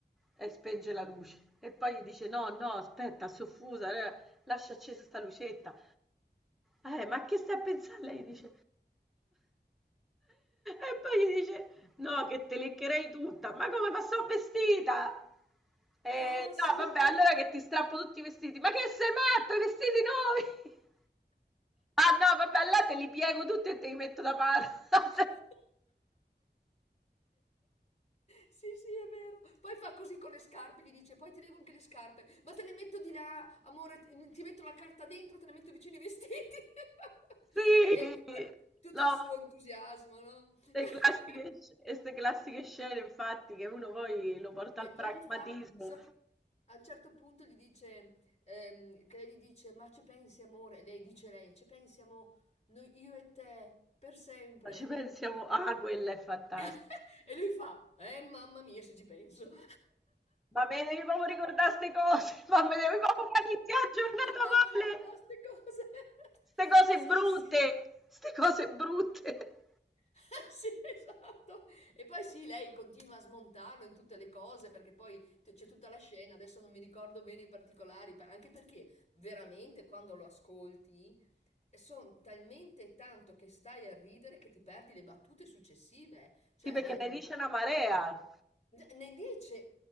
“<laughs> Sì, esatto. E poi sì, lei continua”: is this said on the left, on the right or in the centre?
Left